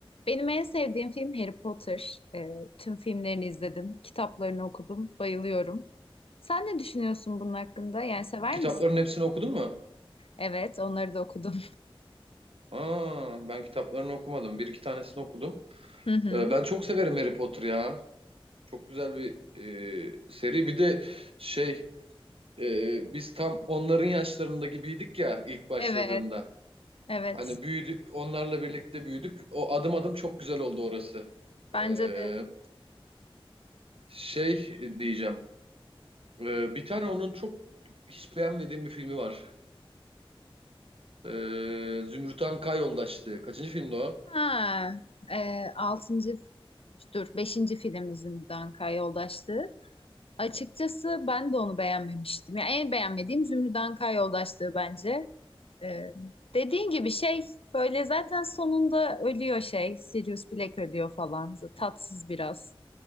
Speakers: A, on the left; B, on the right.
A: Benim en sevdiğim film Harry Potter. Ee, tüm filmlerini izledim, kitaplarını okudum, bayılıyorum. Sen ne düşünüyorsun bunun hakkında? Yani sever
B: Kitapların
A: misin?
B: hepsini okudun mu?
A: Evet, onları da okudum.
B: Aa, ben kitaplarını okumadım. Bir iki tanesini okudum.
A: <laughs> Hı hı.
B: Ee, ben çok severim Harry Potter ya. Çok güzel bir e, seri. Bir de şey e, biz tam onların yaşlarında gibiydik ya ilk başladığında.
A: Evet, evet.
B: Hani büyüdük, onlarla birlikte büyüdük. O adım adım çok güzel oldu orası.
A: Bence
B: Ee,
A: de.
B: şey diyeceğim. Ee, bir tane onun çok hiç beğenmediğim bir filmi var. Ee, Zümrüt Anka Yoldaşlığı. Kaçıncı filmdi o?
A: Ha, e, altıncı, dur, beşinci film Zümrüt Anka Yoldaşlığı. Açıkçası ben de onu beğenmemiştim. Yani en beğenmediğim Zümrüt Anka Yoldaşlığı bence. Ee, dediğin gibi şey böyle zaten sonunda ölüyor şey. Sirius Black ölüyor falan. Tatsız biraz.